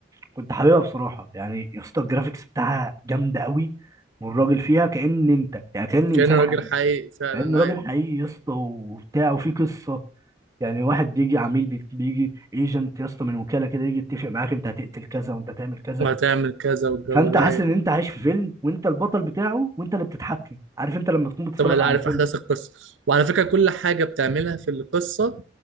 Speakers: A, on the right; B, on the right.
A: كنت حاببها بصراحه يعني يا اسطى الجرافيكس بتاعها جامده قوي والراجل فيها كأن انت يعني كأن انسان
B: كأنه راجل
A: حقيقي
B: حقيقي فعلا
A: كأنه راجل
B: ايوه
A: حقيقي يا اسطى وبتاع وفي قصة يعني واحد بيجي عميل بي- بيجي ايجنت يا اسطى من وكالة كده يجي يتفق معاك انت هتقتل كذا وانت هتعمل كذا
B: وهتعمل كذا والجو
A: فانت
B: ده
A: حاسس
B: ايوه
A: ان انت عايش في فيلم وانت البطل بتاعه وانت اللي بتتحكم عارف انت لما تكون بتتفرج
B: طبعا اللي
A: على
B: عارف
A: فيلم
B: احداث القصه وعلى فكره كل حاجه بتعملها في القصه